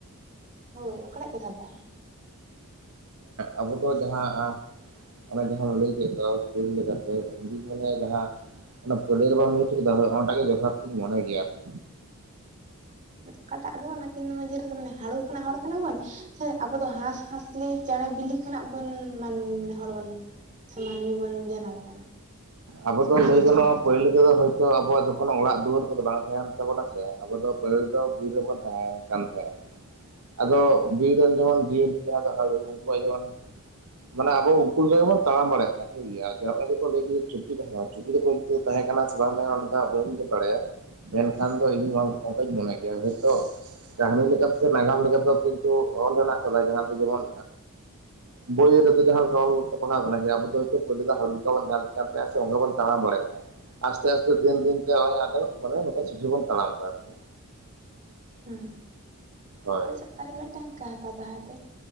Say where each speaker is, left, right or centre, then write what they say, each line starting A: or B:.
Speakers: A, on the right (about 35°); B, on the right (about 75°).
A: ᱦᱳᱭ ᱚᱠᱟᱴᱟᱜ ᱡᱚᱛᱷᱟᱫᱟ
B: ᱟᱵᱚ ᱫᱚ ᱡᱟᱦᱟᱸ ᱚᱱᱮ ᱡᱟᱦᱟᱸ ᱵᱚ ᱞᱟᱹᱭ ᱠᱮᱫ ᱫᱚ ᱡ <unintelligible> ᱞᱮᱠᱟᱛᱮ ᱤᱧ ᱢᱚᱱᱮᱭᱟ ᱡᱟᱦᱟᱸ ᱚᱱᱟ ᱯᱞᱮᱨ ᱵᱟᱝ ᱢᱤᱫ <unintelligible> ᱫᱚ ᱚᱱᱟ ᱜᱮ ᱡᱚᱛᱷᱟ ᱢᱚᱱᱮ ᱜᱮᱭᱟ ᱟᱨᱠᱤ
A: ᱚᱠᱟᱴᱟᱜ ᱫᱚ ᱚᱱᱟᱠᱤᱱ ᱢᱩᱫᱷᱮ ᱨᱮᱫᱚ ᱢᱟᱱᱮ ᱦᱟᱹᱲᱩ ᱠᱷᱚᱱᱟᱜ ᱦᱚᱲ ᱠᱟᱱᱟ ᱵᱚᱱ ᱥᱮ ᱟᱵᱚ ᱫᱚ ᱦᱟᱸᱥᱻᱦᱟᱸᱥᱞᱤ ᱪᱮᱬᱮ ᱵᱤᱞᱤ ᱠᱷᱚᱱᱟᱜ ᱵᱚᱱ ᱦᱚᱲ ᱵᱚᱱ ᱥᱮ ᱢᱟᱹᱱᱢᱤ ᱵᱚᱱ ᱡᱟᱱᱟᱢ ᱟᱠᱟᱱᱟ
B: ᱟᱵᱚ
A: ᱥᱮᱵᱚᱱ
B: ᱫᱚ
A: ᱥᱤᱨᱡᱚᱱ
B: ᱞᱟᱹᱭ ᱜᱟᱱᱚᱜᱼᱟ
A: ᱟᱠᱟᱱᱟ
B: ᱯᱟᱦᱤᱞ ᱫᱚ ᱦᱳᱭᱛᱚ ᱟᱵᱚᱣᱟᱜ ᱠᱚᱱᱳ ᱚᱲᱟᱜ ᱫᱩᱣᱟᱹᱨ ᱠᱚᱫᱚ ᱵᱟᱝ ᱛᱟᱦᱮᱱ ᱛᱟᱵᱚᱱᱟ ᱥᱮ ᱟᱵᱚ ᱫᱚ ᱯᱟᱦᱤᱞ ᱫᱚ ᱵᱤᱨ ᱨᱮᱵᱚᱱ ᱛᱟᱦᱮᱱ ᱛᱟᱦᱮᱸᱱᱟ ᱟᱫᱚ ᱵᱤᱨ ᱨᱮᱱ ᱡᱮᱢᱚᱱ ᱡᱤᱭᱟᱹᱞᱤ ᱠᱟᱱᱟ ᱠᱚ ᱦᱟᱲᱩ ᱩᱱᱠᱩᱣᱟᱜ ᱡᱮᱢᱚᱱ ᱢᱟᱱᱮ ᱟᱵᱚ ᱩᱱᱠᱩ ᱞᱮᱠᱟ ᱜᱮᱵᱚᱱ ᱛᱟᱲᱟᱢ ᱵᱟᱲᱟᱭᱮᱫ ᱛᱟᱦᱮ ᱴᱤᱠ ᱜᱮᱭᱟ ᱱᱚᱜᱼ <unintelligible> ᱚᱭᱠᱚ ᱞᱟᱹᱭ ᱪᱩᱯᱤ ᱛᱟᱦᱮ ᱠᱟᱱᱟ, ᱪᱩᱯᱤ ᱫᱚ ᱛᱟᱦᱮᱸ ᱠᱟᱱᱟ ᱥᱮ ᱵᱟᱝ ᱛᱟᱦᱮᱸ ᱠᱟᱱᱟ ᱚᱱᱟ ᱫᱚ ᱦᱟᱸᱜ ᱵᱟᱹᱧ ᱵᱟᱲᱟᱭᱟ ᱢᱮᱱᱠᱷᱟᱱ ᱫᱚ ᱤᱧ ᱚᱱᱠᱟᱧ ᱢᱚᱱᱮ ᱜᱮᱭᱟ ᱦᱚᱳᱭᱛᱳ ᱠᱟᱹᱦᱱᱤ ᱥᱮ ᱱᱟᱜᱟᱢ ᱞᱮᱠᱟ ᱫᱚ ᱠᱤᱱᱛᱩ ᱚᱞ ᱢᱮᱱᱟᱜ ᱠᱟᱫᱟ ᱡᱟᱦᱟᱸ ᱫᱚ ᱡᱮᱢᱚᱱ ᱵᱳᱭ ᱨᱮᱫᱚ ᱡᱟᱦᱟᱸ ᱞᱮᱠᱟ ᱚᱞ ᱛᱮᱵᱚᱱᱟ ᱠᱟᱱᱟ ᱡᱮ ᱟᱵᱚ ᱫᱚ ᱦᱳᱭᱛᱳ ᱯᱳᱭᱞᱳ ᱫᱚ ᱦᱟᱺᱲᱩ ᱞᱮᱠᱟᱵᱚᱱ ᱧᱮᱞ ᱛᱟᱭ ᱥᱮ ᱚᱰᱮ ᱵᱚᱱ ᱛᱟᱲᱟᱢ ᱵᱟᱲᱟᱭᱮᱫ ᱠᱟᱱ ᱛᱟᱦᱮᱱᱟ ᱟᱥᱛᱮ ᱟᱥᱛᱮ ᱫᱤᱱ ᱫᱤᱱᱛᱮ ᱱᱚᱜ ᱚᱭ ᱟᱫᱚ ᱱᱚᱝᱠᱟ ᱥᱩᱡᱷᱤ ᱵᱚᱱ ᱛᱟᱲᱟᱢ ᱮᱫᱟ ᱟᱨᱠᱤ
A: ᱦᱩᱸ
B: ᱦᱳᱭ
A: ᱟᱪᱪᱷᱟ ᱟᱨ ᱢᱤᱫᱴᱟᱝ ᱠᱟᱛᱷᱟ ᱛᱟᱦᱛᱮ